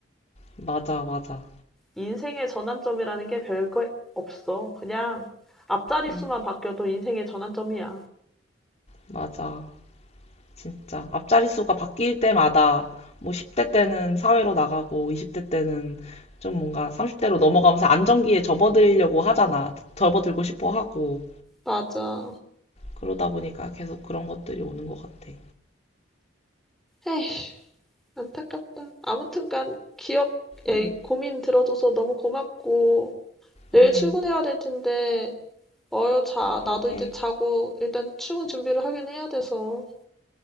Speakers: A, on the left; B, in the centre.
A: 맞아, 맞아.
B: 인생의 전환점이라는 게 별거 없어. 그냥 앞자리
A: 음.
B: 수만 바뀌어도 인생의 전환점이야.
A: 맞아. 진짜. 앞자리 수가 바뀔 때마다 뭐 10대 때는 사회로 나가고 20대 때는 좀 뭔가 30대로 넘어가면서 안정기에 접어들려고 하잖아. 접어들고 싶어 하고.
B: 맞아.
A: 그러다 보니까 계속 그런 것들이 오는 것 같아.
B: 에휴, 안타깝다. 아무튼간 기억, 에
A: 응,
B: 고민 들어줘서 너무 고맙고 내일
A: 응.
B: 출근해야 될 텐데 어여 자.
A: 그러게.
B: 나도 이제 자고 일단 출근 준비를 하긴 해야 돼서.